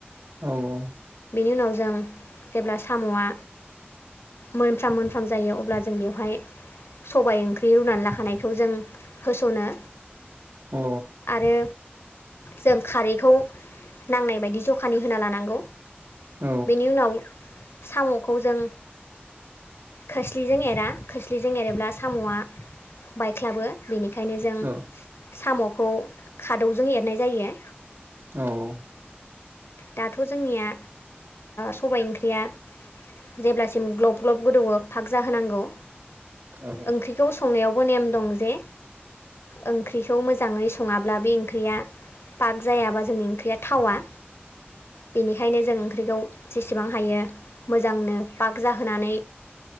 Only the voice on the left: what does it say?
बेनि उनाव जों जेब्ला साम'आ मोनफ्राम मोनफ्रोम जायो अब्ला जों बेवहाय सबाय ओंख्रि रुनानै लाखानायखौ जों होस'नो।
आरो जों खारैखौ नांनाय बायदि जखानि होनानै लानांगौ।
बेनि उनाव साम'खौ जों खोस्लिजों एरा खोस्लिजों एरोब्ला साम'आ बायख्लाबो बेनिखायनो जों
साम'खौ खादौजों एरनाय जायो।
दाथ' जोंनिया सबाय ओंख्रिया जेब्लासिम ग्लब ग्लब गोदौवो फाग जाहोनांगौ
ओंख्रिखौ संनायावबो नेम दं जे ओंख्रिखौ मोजाङै सङाब्ला बे ओंख्रिया पाग जायाबा जोंनि ओंख्रिया थावा। बेनिखायनो जों ओंख्रिखौ जेसेबां हायो मोजांनो फाग जाहोनानै